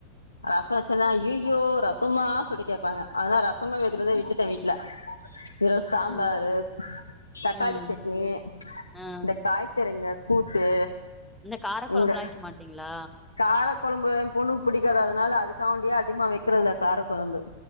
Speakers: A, on the left; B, in the centre.
A: ரசோ வெச்சனா அய்யயோ ரசமா சொல்லி கேப்பாங்க அதா ரசமே வெக்கிறத விட்டுட்ட வீட்ல எதோ சாம்பாரு
B: ஆ
A: தக்காளி
B: ம்
A: சட்னி
B: ஆ
A: இந்த காய்த்தருங்க கூட்டு
B: இந்த கார கொழம்புலா
A: இங்க
B: வைக்க மாட்டீங்களா
A: கார கொழம்பு எ பொண்ணுக் புடிக்காது அதல்ல அதுக்காவண்டியே அதிகமா வெக்கிறதுல கார கொழம்பு